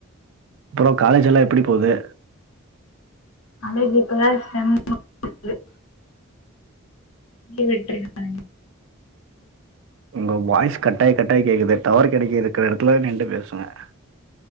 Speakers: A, on the right; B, on the left.
A: அப்புறோ காலேஜ் எல்லா எப்பிடி போகுது
B: காலேஜ் இப்பதா செம் முடிஞ்சது லீவ் விட்டுகங்கா
A: உங்க வாய்ஸ் கட்டாய் கட் ட்டாய் கேக்குது டவர் கெடைக்க இருக்கிற இடத்துல நின்டு பேசுவங்க